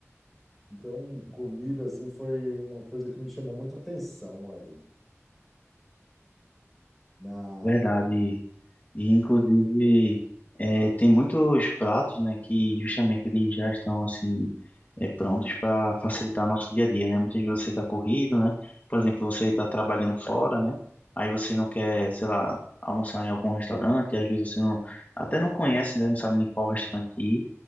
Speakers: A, in the centre; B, on the left.
A: Então, comida assim foi uma coisa que me chamou muita atenção aí. Na...
B: Verdade. E, inclusive, eh, tem muitos pratos, né, que justamente eles já estão, assim, eh, prontos para facilitar nosso dia a dia, né? Muitas vezes você está corrido, né? Por exemplo, você está trabalhando fora, né? Aí você não quer, sei lá, almoçar em algum restaurante, às vezes você não, até não conhece, né? Não sabe nem qual restaurante ir.